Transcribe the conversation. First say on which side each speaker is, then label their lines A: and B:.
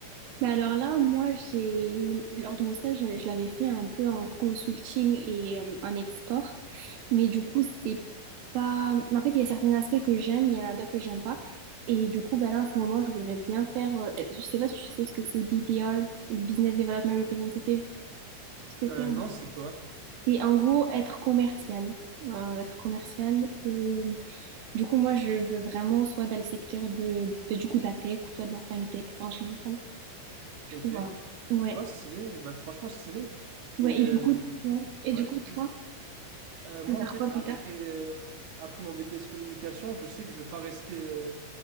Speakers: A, on the right; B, on the right.
A: Bah alors là, moi, j'ai lors de mon stage, je je l'avais fait un peu en consulting et euh, en export, mais du coup, c'est pas. En fait, il y a certains aspects que j'aime, il y en a d'autres que j'aime pas, et du coup, bah là, en ce moment, je voudrais bien faire. euh, Je sais pas si tu sais ce que c'est BDR, Business Development Representative. Tu sais ce que
B: Euh,
A: c'est? hein
B: non, c'est quoi?
A: C'est en gros être commercial. Euh, être commercial. euh, Du coup, moi, je veux vraiment soit dans le secteur de, de- du coup de la tech ou soit de la fintech en général. Du
B: Ok.
A: coup, voilà. Ouais.
B: Oh, stylé. Bah, franchement, stylé.
A: Ouais,
B: Et euh,
A: et du coup, ouais. Et
B: ouais.
A: du coup, toi,
B: Euh,
A: tu
B: moi,
A: veux faire
B: en fait,
A: quoi plus
B: après,
A: tard?
B: euh, après mon BTS communication, je sais que je ne veux pas rester euh,